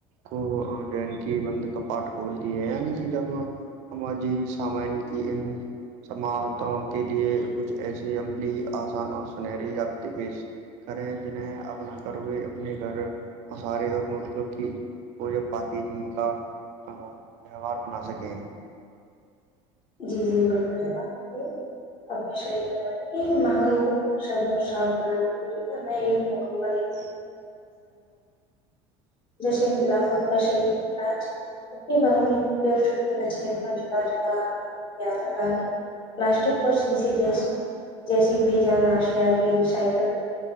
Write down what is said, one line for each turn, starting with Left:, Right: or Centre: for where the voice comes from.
Right: کو جین کی بند کپاٹ کھولتی ہے یعنی کہ جب ہمار جی سامان کی سماعتوں کے لیے کچھ ایسی عملی آسان اور سنہری ابط پیش کریں جنہیں اپنا گھر ہوئے اپنے گھر مسارے اور ملکوں کی وہ جب پاکی جی کا تہوار بنا سکیں
Left: جی جی بالکل جناب بالک ہمیشہ یہ کروانے کہ ماحول کو نقثر اور صاف بنانے کے لیے <unintelligible>
Right: <unintelligible>
Left: جیسے بلافت کا شیداجے کرونے چھ کاے جدا جدا یات کال پلاسٹک پر سیزے جس جیسے و جان آشیا کی ریسائیکل کی